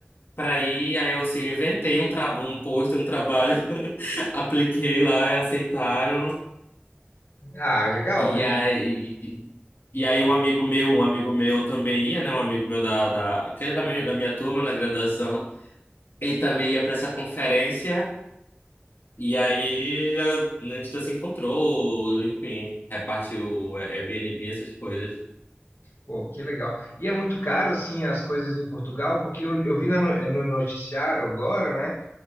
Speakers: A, on the left; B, on the left.
A: para ir, aí eu assim, eu inventei um, tra... um post, um trabalho, <laughs> apliquei lá e aceitaram.
B: Ah, legal.
A: E aí. E aí um amigo meu, um amigo meu também ia, né? Um amigo meu da, da, que é da minha, da minha turma na graduação, ele também ia para essa conferência. E aí eu- a gente se encontrou, enfim, repartiu Airbnb, essas coisas.
B: Pô, que legal. E é muito caro, assim, as coisas em Portugal, porque eu, eu vi na no, eh, no noticiário agora, né?